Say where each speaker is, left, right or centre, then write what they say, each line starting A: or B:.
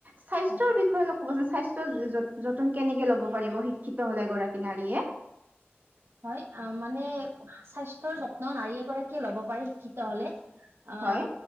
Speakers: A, on the right (about 45°); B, on the right (about 70°).
A: স্বাস্থ্যৰ
B: হয়।
A: বিষয়ে অলপ ক'বচোন স্বাস্থ্য যতন কেনেকে লব পাৰিব শিক্ষিত হলে এগৰাকী নাৰীয়ে
B: হয় অ মানে স্বাস্থ্যৰ যত্ন নাৰী এগৰাকীয়ে ল'ব পাৰে শিক্ষিত হলে অ
A: হয়